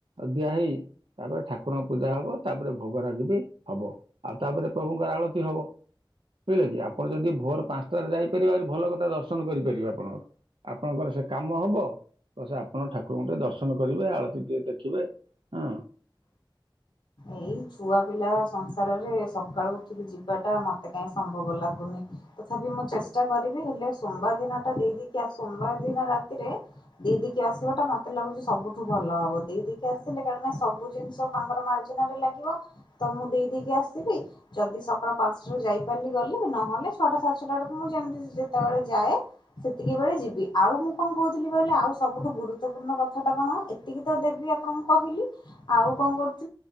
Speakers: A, on the right; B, on the left.
A: ଦିଆ ହେଇ ତାପରେ ଠାକୁରଙ୍କ ପୂଜା ହବ ତାପରେ ଭୋଗରାଗ ବି ହବ ଆଉ ତାପରେ ପ୍ରଭୁଙ୍କର ଆଳତି ହବ ବୁଝିଲେ କି ଆପଣ ଯଦି ଭୋର ପାଞ୍ଚଟାରେ ଯାଇପାରିବେ ଆରି ଭଲ କଥା ଦର୍ଶନ କରିପାରିବେ ଆପଣଙ୍କର ଆପଣଙ୍କର ସେ କାମ ହବ ତ ସେ ଆପଣ ଠାକୁରଙ୍କୁ ଟେ ଦର୍ଶନ କରିବେ ଆଳତି ଟେ ଦେଖିବେ ହଁ।
B: ଏଇ ଛୁଆ ପିଲା ସଂସାରରେ ସକାଳୁ ଉଠିକି ଯିବାଟା ମତେ କାହିଁ ସମ୍ଭବ ଲାଗୁନି। ତଥାପି ମୁଁ ଚେଷ୍ଟା କରିବି ହେଲେ ସୋମବାର ଦିନ ଟା ଦେଇଦକି ସୋମବାର ଦିନ ରାତିରେ ଦେଇଦକି ଆସିବା ଟା ମତେ ଲାଗୁଛି ସବୁଠୁ ଭଲ ହବ ଦେଇଦକି ଆସିଲେ କାରଣ ସବୁ ଜିନିଷ ତାଙ୍କର ମାରି ଲାଗିବ ତ ମୁଁ ଦେଇ ଦେଇକି ଆସିବି ଯଦି ସକାଳ ପାଞ୍ଚଟାରୁ ଯାଇପାରିଲି ଗଲି ନହେଲେ ଛଅଟା ସାତ ଛଟା ବେଳକୁ ମୁଁ ଯେମିତି ଯେତେବେଳେ ଯାଏ ସେତିକି ବେଳେ ଯିବି। ଆଉ ମୁଁ କଣ କହୁଥିଲି କହିଲେ ଆଉ ସବୁଠୁ ଗୁରୁତ୍ୱପୂର୍ଣ୍ଣ କଥାଟା କଣ ଏତିକି ତ ଦେବି ଆପଣଙ୍କୁ କହିଲି ଆଉ କଣ କରୁ